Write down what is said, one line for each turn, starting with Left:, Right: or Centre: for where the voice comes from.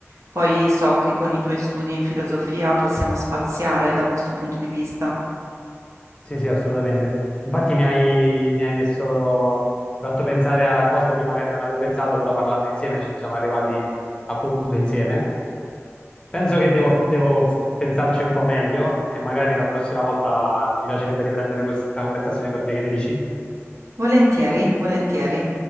Right: poi so che con i tuoi studi in filosofia possiamo spaziare da questo punto di vista.
Left: Sì, sì, assolutamente. Infatti mi hai, mi hai messo... mi hai fatto pensare a cose a cui magari non avevo pensato, però parlando insieme ci siamo arrivati appunto insieme. Penso che devo, devo pensarci un po' meglio e magari la prossima volta mi piacerebbe riprendere questa conversazione con te, che ne dici?
Right: Volentieri, volentieri.